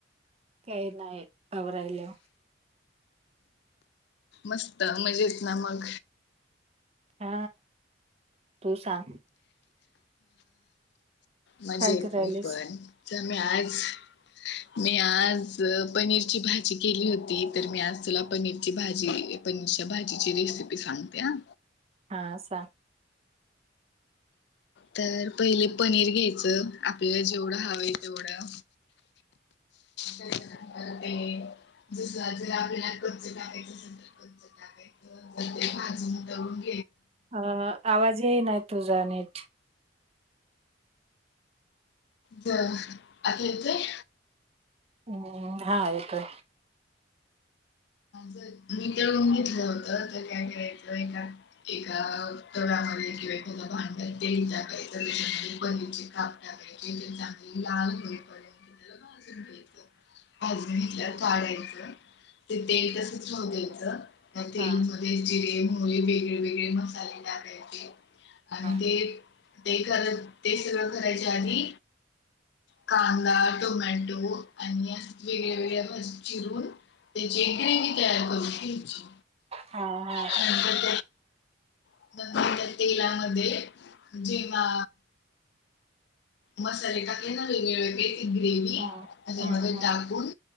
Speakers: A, on the right (about 30°); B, on the left (about 60°).
A: काय नाहीय आवरायलो
B: मस्त मजेत ना मग
A: हा तू सांग
B: मजेत
A: काय करायलीस
B: मी पण मी आज मी आज पनीरची भाजी केली होती तर मी आज तुला पनीरची भाजी पनीरच्या भाजीची रेसिपी सांगते ह
A: हा सांग
B: तर पहिले पनीर घ्यायचं आपल्याला जेवढं हवं आहे तेवढं त्यानंतर ते जस जर आपल्याला कच्च टाकायचं असेल तर कच्च टाकायचं तर ते भाजून तळुन..
A: अ आवाजही नाही तुझा नीट
B: ब आता येतोय
A: हम्म हा येतोय.
B: जर मी तळून घेतलं होत तर काय करायचं एका एका तव्यामध्ये किंवा एखाद भांड्यात तेल टाकायचं त्याच्यामध्ये पनीरचे काप टाकायचे, चांगले लाल होईपर्यंत त्याला भाजून घ्यायच, भाजून घेतल्यावर काढायच ते तेल तसच राहु द्यायचं
A: हा
B: जीरे मोहरी वेगळे वेगळे मसाले टाकायचे आणि
A: हा
B: ते ते खर ते सगळं करायच्या आधी कांदा, टोमॅटो आणि वेगळ्या वेगळ्या म चिरून त्याची ग्रेवी तयार करून घ्यायची
A: हा हा
B: ह नंतर त्यात नंतर त्या तेलामध्ये जेव्हा मसाले टाकले ना वेगळे वेगळे ती ग्रेवी
A: हम्म
B: त्यामध्ये
A: हम्म हम्म
B: टाकून